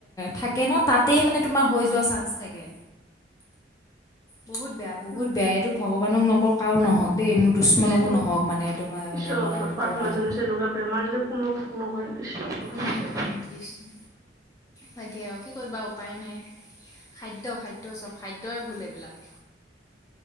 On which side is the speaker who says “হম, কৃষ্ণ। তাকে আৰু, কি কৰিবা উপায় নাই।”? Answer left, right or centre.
Left